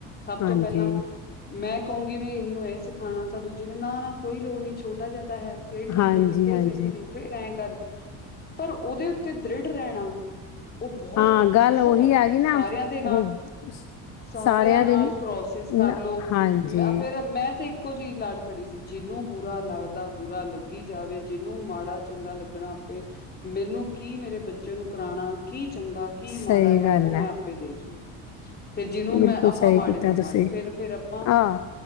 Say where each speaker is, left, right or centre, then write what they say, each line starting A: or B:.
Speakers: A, on the left (about 25°); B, on the left (about 50°).
A: ਸਭ
B: ਹਾਂਜੀ
A: ਤੋਂ ਪਹਿਲਾਂ, ਮੈਂ ਕਹੂੰਗੀ ਵੀ ਇਹ ਨੂੰ ਇਹ ਸਿਖਾਣਾ ਤਾਂ ਦੂਜੇ ਨੇ ਨਾ, ਨਾ ਕੋਈ ਲੋੜ ਨਹੀਂ ਛੋਟਾ ਜਾ ਤੇ ਹੈ, ਫੇਰ ਠੀਕ
B: ਹਾਂਜੀ
A: ਹੋਜੂ ਫੇਰ
B: ਹਾਂਜੀ
A: ਸਿੱਖ ਜੂ ਫੇਰ ਐਂ ਕਰਜੂ ਪਰ ਉਹਦੇ ਉੱਤੇ ਦ੍ਰਿੜ ਰਹਿਣਾ ਉਹ ਬਹੁਤ-ਬਹੁਤ
B: ਹਾਂ ਗੱਲ ਉਹੀ
A: ਔਖਾ
B: ਆ ਗਈ ਨਾ
A: ਸਾਰੇਆਂ ਦੇ
B: ਉਹ
A: ਨਾਲ
B: ਸ-
A: ਸਾਰੇਆਂ
B: ਸਾਰਿਆਂ
A: ਨਾਲ
B: ਦੇ
A: ਕਰੋਸਸ
B: ਨਾ
A: ਕਰਲਓ
B: ਹਾਂਜੀ,
A: ਮ ਫੇਰ ਮੈਂ ਤੇ ਇੱਕੋ ਜਿਹੀ ਲੜ ਫੜੀ ਸੀ। ਜਿਹਨੂੰ ਬੁਰਾ ਲੱਗਦਾ, ਬੁਰਾ ਲੱਗੀ ਜਾਵੇ, ਜਿਹਨੂੰ ਮਾੜਾ-ਚੰਗਾ ਲੱਗਣਾ ਆਪੇ, ਮੈਨੂੰ ਕੀ ਮੇਰੇ ਬੱਚੇ ਨੂੰ ਕਰਾਉਣਾ ਕੀ ਚੰਗਾ ਕੀ
B: ਸਹੀ
A: ਮਾੜਾ ਆ,
B: ਗੱਲ
A: ਉਹ ਮੈਂ
B: ਐ,
A: ਆਪੇ ਦੇਖ ਲੂ। <inaudible> ਫੇਰ ਜਿਹਨੂੰ
B: ਬਿਲਕੁਲ
A: ਮੈਂ ਆਪਾਂ
B: ਸਹੀ
A: ਮਾੜੇ
B: ਕੀਤਾ
A: ਤਾਂ
B: ਤੁਸੀਂ।
A: ਮਾੜੇ, ਫੇਰ-ਫੇਰ ਆਪਾਂ,
B: ਆਹ,